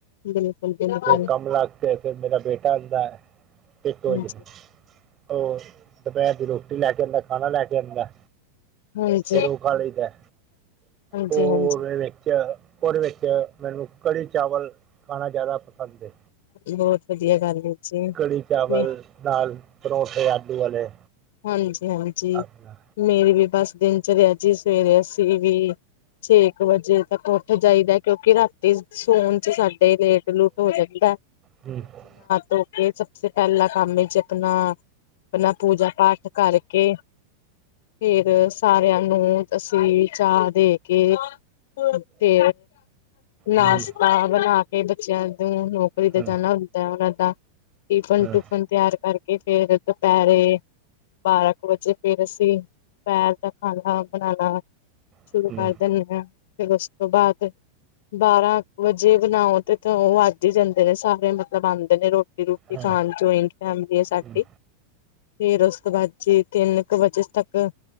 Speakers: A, on the left (about 55°); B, on the right (about 30°).
A: ਬਿਲਕੁਲ ਬਿਲਕੁਲ
B: ਫਿਰ ਕੰਮ ਲੱਗ ਕੇ ਫਿਰ ਮੇਰਾ ਬੇਟਾ ਆਉਂਦਾ ਹੈ। ਇੱਕ
A: ਹਾਂਜੀ
B: ਵਜੇ
A: ਹਾਂਜੀ
B: ਉਹ ਦੁਪਹਿਰ ਦੀ ਰੋਟੀ ਲੈ ਕੇ। ਖਾਣਾ ਲੈ ਕੇ ਆਉਂਦਾ
A: ਹਾਂਜੀ
B: ਫਿਰ ਉਹ ਖਾ ਲਈਦਾ
A: ਹਾਂਜੀ
B: ਉਹ ਫੇਰ। ਉਹਦੇ ਵਿੱਚ ਮੈਨੂੰ ਕੜੀ ਚਾਵਲ ਖਾਣਾ ਜ਼ਿਆਦਾ ਪਸੰਦ ਐ।
A: ਬਹੁਤ ਵਧੀਆ ਗੱਲ ਹੈ ਜੀ
B: ਕੜੀ ਚਾਵਲ
A: ਮੈਂ
B: ਨਾਲ ਪਰੌਂਠੇ ਆਲੂ ਵਾਲੇ।
A: ਹਾਂਜੀ, ਹਾਂਜੀ
B: ਆਪਣਾ
A: ਮੇਰੀ ਵੀ ਬਸ ਦਿਨ ਚਰਿਆ ਜੀ ਸਵੇਰੇ ਅਸੀਂ ਵੀ ਛੇ ਇੱਕ ਵਜੇ ਤੱਕ ਉੱਠ ਜਾਈਦਾ ਕਿਉਂਕਿ ਰਾਤੀ ਸੋਣ ਚ ਸਾਡੇ ਲੇਟ ਲੂਟ। ਹੋ ਜਾਂਦੈ।
B: ਠੀਕ ਏ।
A: ਧੋ ਕੇ ਸਭ ਸੇ ਪਹਿਲਾ ਕੰਮ ਵਿੱਚ ਆਪਣਾ ਆਪਣਾ ਪੂਜਾ ਪਾਠ ਕਰਕੇ। ਫਿਰ ਸਾਰਿਆਂ ਨੂੰ ਅਸੀਂ ਚਾਹ ਦੇ ਕੇ। ਤੇ ਨਾਸ਼ਤਾ
B: ਹੂੰ
A: ਬਣਾ ਕੇ ਬੱਚਿਆਂ ਨੂੰ। ਥੋੜੀ ਦੇਰ
B: ਹੂੰ
A: ਜਾਣਾ ਹੁੰਦਾ ਉਹਨਾਂ ਦਾ ਟਿਫਨ
B: ਹੂੰ,
A: ਟੂਫਨ ਤਿਆਰ ਕਰਕੇ ਫੇਰ ਦੁਪਹਿਰੇ। ਬਾਰਾਂ ਕੁ ਵਜੇ ਫੇਰ ਅਸੀਂ ਦੁਪਹਿਰ ਦਾ ਖਾਣਾ ਬਣਾਉਣ। ਸ਼ੁਰੂ
B: ਹੂੰ
A: ਕਰ ਦਿੰਦੇ ਹਾਂ ਫਿਰ ਉਸ ਤੋਂ ਬਾਅਦ। ਬਾਰਾਂ ਕੂ ਵਜੇ ਬਣਾਓ ਤੇ ਉਹ ਵੱਜ ਹੀ ਜਾਂਦੇ ਨੇ ਸਾਰੇ ਮਤਲਬ ਆਉਂਦੇ ਨੇ ਰੋਟੀ। ਰੋਟੀ
B: ਹਾਂ,
A: ਖਾਣ ਜੁਆਇੰਟ ਫੈਮਿਲੀ ਹੈ ਸਾਡੀ।
B: ਹੂੰ,
A: ਫੇਰ ਉਸ ਤੋਂ ਬਾਅਦ ਜੀ ਤਿੰਨ ਕੁ ਵਜੇ ਤੱਕ।